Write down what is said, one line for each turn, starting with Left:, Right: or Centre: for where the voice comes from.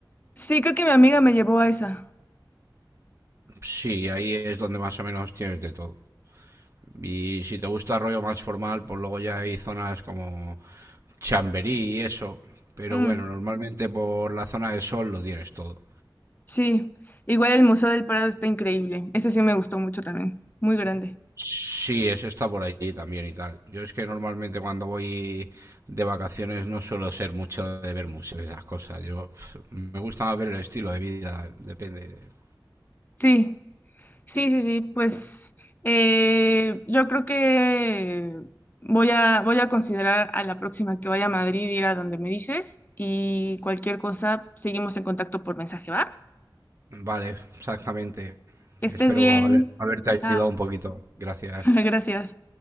Left: sí, creo que mi amiga me llevó a esa.
Right: Sí, ahí es donde más o menos tienes de todo. Y si te gusta el rollo más formal, pues luego ya hay zonas como Chamberí y eso. Pero
Left: Mm,
Right: bueno, normalmente por la zona de Sol lo tienes todo.
Left: sí, igual el Museo del Prado está increíble. Ese sí me gustó mucho también, muy grande.
Right: Sí, eso está por allí también y tal. Yo es que normalmente cuando voy de vacaciones no suelo ser mucho de ver museos y esas cosas. Yo pf, me gusta más ver el estilo de vida, depende.
Left: Sí. Sí, sí, sí, pues eh, yo creo que voy a, voy a considerar a la próxima que vaya a Madrid ir a donde me dices y cualquier cosa seguimos en contacto por mensaje, ¿va?
Right: Vale, exactamente.
Left: Que estés
Right: Espero
Left: bien.
Right: haber- haberte
Left: Ah,
Right: ayudado un poquito. Gracias.
Left: <laughs> gracias.